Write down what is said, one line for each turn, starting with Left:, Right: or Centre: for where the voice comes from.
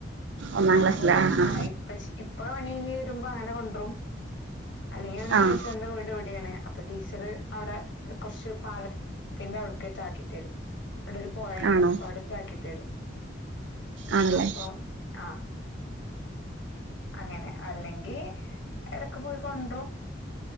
Right: ഒന്നാം
Left: അപ്പൊ
Right: ക്ലാസ്സിലാ ആഹാ
Left: ആ ഇപ്പ ശ് ഇപ്പൊ പണിഞ്ഞ് വരുമ്പോ അങ്ങനെ കൊണ്ടുവരും അല്ലെങ്കിൽ അവൻറെ
Right: ആഹ്
Left: ടീച്ചറിന്റെ വീട് ഇവിടെയാണ് അപ്പൊ ടീച്ചറ് അവിടെ കുറച്ച് പാലത്തിന്റെ അവിടത്തേക്കാക്കി തരും അവിടെ ഒരു പൊഴയുണ്ട്
Right: ആണോ
Left: അപ്പൊ അവിടുത്തക്ക് ആക്കിത്തരും
Right: ആണല്ലേ
Left: അപ്പൊ ആ അങ്ങനെ അല്ലെങ്കിൽ ഇടക്ക് പോയി കൊണ്ടുവരും